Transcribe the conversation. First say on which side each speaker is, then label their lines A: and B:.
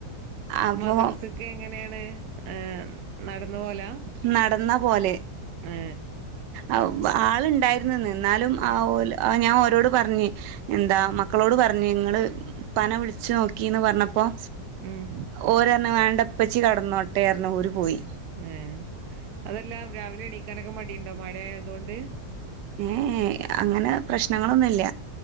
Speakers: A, on the right (about 85°); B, on the right (about 70°).
A: അപ്പൊ
B: മദർസ്ക്ക് എങ്ങനെയാണ് ആഹ് നടന്ന് പോവലാ
A: നടന്നാ പോവല്
B: ഏ
A: അത് ആള് ഉണ്ടായിരുന്ന് ഇന്ന് എന്നാലും ആഹ് ഓല് ആഹ് ഞാൻ ഓരോട് പറഞ്ഞ് എന്താ
B: ഉം
A: മക്കളോട് പറ ഞ്ഞ് ഇങ്ങള് ഇപ്പാനെ വിളിച്ച് നോക്കി എന്ന് പറഞ്ഞ പ്പം
B: ഉം
A: അവര് പറഞ്ഞു വേണ്ട ഇപ്പച്ചി കടന്നോട്ടെ പറഞ്ഞു അവര് പോയി
B: ഏഹ് അതല്ല രാവിലെ എണീക്കാന് ഒക്കെ മടി ഉണ്ടോ മഴ ആയത് കൊണ്ട്
A: ഏഹ് എഹ്‌ അങ്ങനെ പ്രശ്നങ്ങള് ഒന്നു ഇല്ല